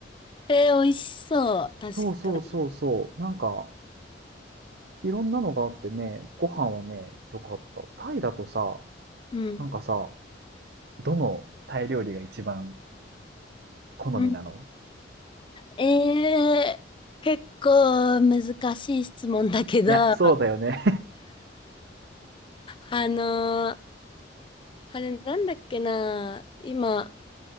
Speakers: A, on the left (about 25°); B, on the right (about 60°).
A: えー、美味しそう。確かに。
B: そうそうそうそう。なんか、いろんなのがあってね、ご飯はね、良かった。タイだとさ、
A: うん。
B: なんかさ、どのタイ料理が一番好みなの
A: うんえー、結構難しい質問だけど、
B: いや、
A: <laughs>
B: そうだよね。
A: あのーあれなんだっけな、今、